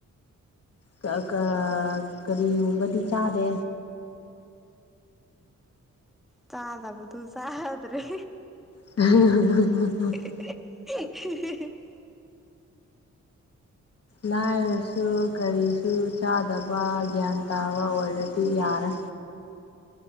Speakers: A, on the left; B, in the centre.
A: ꯀꯥ ꯀꯥ ꯀꯔꯤꯒꯨꯝꯕꯗꯤ ꯆꯥꯗꯦ
B: ꯆꯔꯗꯕꯗꯣ ꯆꯗ꯭ꯔꯔꯤ
A: <unintelligible>
B: <unintelligible>
A: ꯂꯥꯏꯔꯁꯨ ꯀꯔꯤꯁꯨ ꯆꯥꯗꯕ ꯒ꯭ꯌꯥꯟ ꯇꯥꯕ ꯑꯣꯏꯔꯗꯤ ꯌꯥꯔꯦ